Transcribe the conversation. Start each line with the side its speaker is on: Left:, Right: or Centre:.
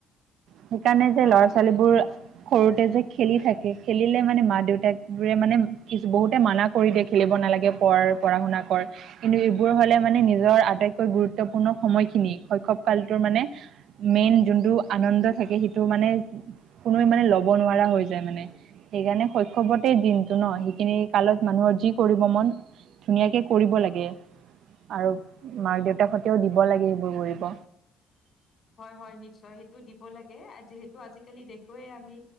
Right: সেইকাৰণে যে
Left: হয়
Right: ল'ৰা ছোৱালীবোৰ
Left: হয় একদম
Right: সৰুতে যে খেলি থাকে খেলিলে মানে মা দেউতাকবোৰে মানে কিছু বহুতে মানা কৰি দিয়ে খেলিব নালাগে পঢ়াৰ পঢ়া শুনা কৰ। কিন্তু এইবোৰ হ'লে মানে নিজৰ আটাইতকৈ গুৰুত্বপূৰ্ণ সময়খিনি শৈশৱ কালটোৰ মানে মেইন যোনটো আনন্দ থাকে সেইটো মানে কোনোৱে মানে ল'ব নোৱাৰা হৈ- যায় মানে সেইকাৰণে শৈশৱতে দিনটো ন' সেইখিনি কালত মানুহৰ যি কৰিব মন ধুনীয়াকে কৰিব লাগে, আৰু মাক দেউতাক হতেও দিব লাগে সেইবোৰ কৰিব।
Left: হয় হয় নিশ্চয়, সেইটো দিব লাগে যিহেতু আজিকালি দেখুৱেই আমি